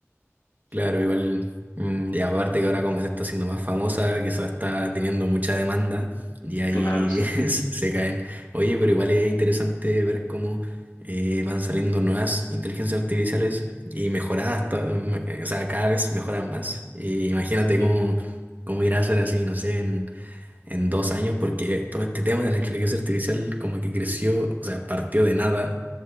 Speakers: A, on the right; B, on the left.
A: Claro, igual, mm, y aparte que ahora como se está haciendo más famosa, que eso está teniendo mucha demanda y ahí
B: Claro, sí,
A: <laughs> s- se caen. Oye, pero igual es interesante ver cómo eh, van saliendo nuevas inteligencias artificiales y mejoradas, to- me- o sea, cada vez mejoran más. Y imagínate
B: sí.
A: cómo, cómo irá a ser así, no sé, en, en dos años, porque todo este tema de la inteligencia artificial como que creció, o sea, partió de nada.